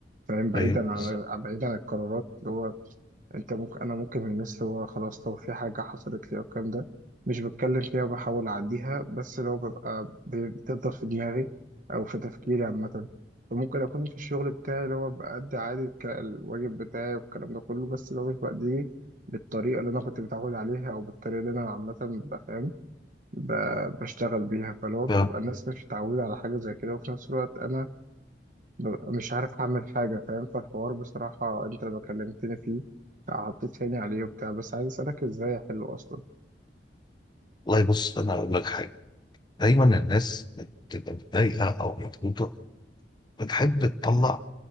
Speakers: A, on the right; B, on the left.
A: فاهم بعيدا
B: طيب
A: عن
B: بالظبط
A: بعيدا عن القرارات اللي هو انت ممكن انا ممكن من الناس اللي هو خلاص لو في حاجه حصلت لي او الكلام ده مش بتكلم فيها وبحاول اعديها بس لو ببقى ب- بتفضل في دماغي او في تفكيري عامه فممكن اكون في الشغل بتاعي اللي هو بأدي عادي الك- الواجب بتاعي والكلام ده كله بس لو مش بأديه بالطريقه اللي انا كنت متعود عليها او بالطريقه اللي انا عامه ببقى فاهم ب- بشتغل بيها فلو بتبقى
B: آه،
A: الناس مش متعوده على حاجه زي كده وفي نفس الوقت انا ببقى مش عارف أعمل حاجة فاهم فالحوار بصراحة أنت لما كلمتني فيه حطيت عيني عليه وبتاع بس عايز أسألك إزاي أحله أصلا
B: والله بص انا اقول لك حاجه دايما الناس بتبقى متضايقه او مضغوطه بتحب تطلع